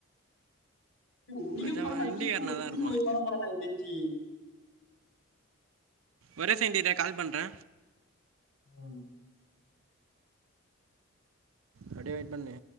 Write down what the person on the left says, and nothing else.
டே ஓடியே
போறான்டா
டீக்கு
டீக்குவ
போட போறான்டா எனக் தெஞ்சி
ம்